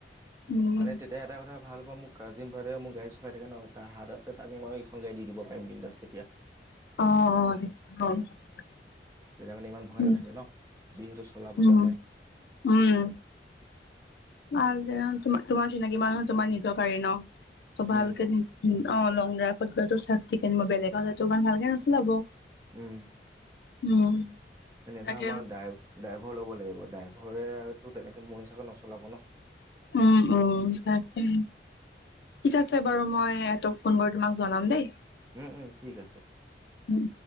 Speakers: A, on the left; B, on the right.
A: উম,
B: মানে তে এতিয়া এটা কথা ভাল হোৱা মোৰ কাজিন ব্ৰাদাৰে মোৰ গাড়ী চলাই থাকে ন, তাহাত আছে তাক মই ইখন গাড়ী দি দিব পাৰিম বিন্দাচ তেতিয়া।
A: অ অ। <unintelligible>
B: তেতিয়া মানে ইমান ভয়
A: উম,
B: নাথাকে ন, যিহেতু চলাব
A: উম,
B: জানে।
A: উম। ভাল দিয়া, তোমা তোমাৰ চিনাকি মানুহ তোমাৰ নিজৰ গাড়ী ন ত ভালকে
B: উম
A: নি উম, অ লং ড্ৰাইভত গ'লেটো চব ঠিকে উম বেলেগ হলেতো ইমান ভালকে নচলাব।
B: উম।
A: উম।
B: এনে
A: তাকে
B: ধৰা আমাৰ ডাই ড্ৰাইভৰ ল'ব লাগিব, ড্ৰাইভৰেতো তেনেকে মোৰ হিচাপে নচলাব ন?
A: উম উম তাকে। ঠিক আছে বাৰু মই ইহঁতক ফোন কৰি তোমাক জনাম দেই।
B: উম উম ঠিক আছে।
A: উম